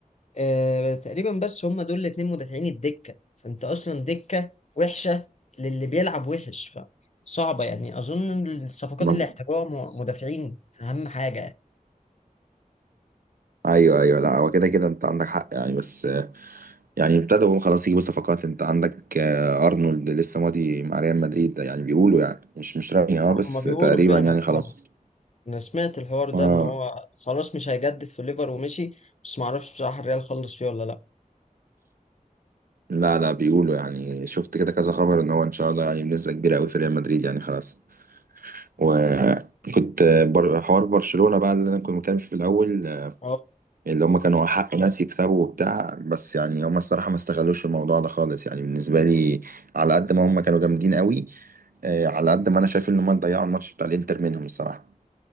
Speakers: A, on the left (about 50°); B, on the right (about 80°).
A: آه تقريبا بس هم دول الاتنين مدافعين الدكة فأنت أصلا دكة وحشة للي بيلعب وحش فصعبة يعني أظن الصفقات
B: ما-
A: اللي احتاجوها م- مدافعين أهم حاجة
B: ايوه ايوه لا هو كده كده انت عندك حق يعني بس يعني ابتدوا خلاص يجيبوا صفقات انت عندك آه، ارنولد لسه ماضي مع ريال مدريد ده يعني بيقولوا يعني مش مش رسمي اه بس
A: هما بيقولوا
B: تقريبا
A: فعلا
B: يعني خلاص
A: اه انا سمعت الحوار ده
B: اه
A: ان هو خلاص مش هيجدد في الليفر ومشي بس ما اعرفش بصراحه الريال خلص فيه ولا لا
B: لا لا بيقولوا يعني شفت كده كذا خبر ان هو ان شاء الله يعني بنسبه كبيره قوي في ريال مدريد يعني خلاص وكنت آه، بر... حوار برشلونه بقى اللي انا كنت متكلم فيه في الاول
A: اه
B: اللي هم كانوا حق ناس يكسبوا وبتاع بس يعني هم الصراحة ما استغلوش الموضوع ده خالص يعني بالنسبة لي على قد ما هم كانوا جامدين قوي آه، على قد ما انا شايف ان هم ضيعوا الماتش بتاع الانتر منهم الصراحة